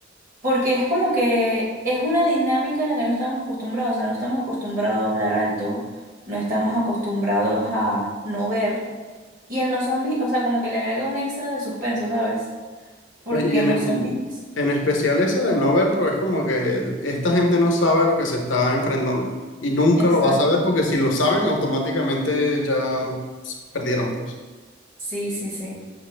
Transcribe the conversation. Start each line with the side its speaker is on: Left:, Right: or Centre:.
Right: Porque es como que es una dinámica a la que no estamos acostumbrados, o sea, no estamos acostumbrados a hablar alto, no estamos acostumbrados a no ver. Y en los zombies, o sea, como que le agrega un extra de suspenso, ¿sabes? Porque
Left: ¿no? Y
Right: en
Left: en,
Right: los
Left: en-
Right: zombies,
Left: en especial esa de no ver, porque es como que esta gente no sabe a lo que se está enfrentando y nunca
Right: exacto.
Left: lo va a saber porque si lo saben, automáticamente ya perdieron, pues.
Right: Sí, sí, sí.